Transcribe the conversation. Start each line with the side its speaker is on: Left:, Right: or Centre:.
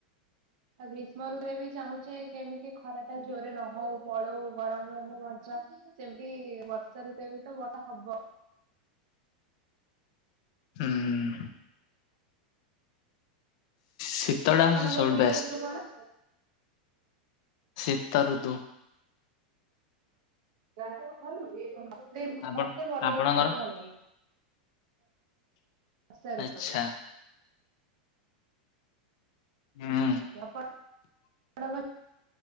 Right: ଆ ଗ୍ରୀଷ୍ମ ଋତୁରେ ବି ଚାହୁଁଚେ କେମିତି ଖରା ଟା ଜୋରେ ନହଉ ପଳଉ ଗରମରୁ ଆମକୁ ବଞ୍ଚା ସେମିତି ବର୍ <unintelligible> ହବ।
Left: ହୁଁ ହୁଁ। ଶୀତଟା
Right: ଆପଣଙ୍କ
Left: ହଉଛି ସବୁଠୁ
Right: ପ୍ରିୟ
Left: ବେଷ୍ଟ
Right: ଋତୁ କଣ?
Left: ଶୀତ ଋତୁ।
Right: <unintelligible> ଭଲ ଲଗେ।
Left: ଆପଣ ଆପଣଙ୍କର
Right: ବସା ଋତୁ?
Left: ଆଚ୍ଛା ହୁଁ
Right: ଆଜ୍ଞା ପା ପଣଙ୍କ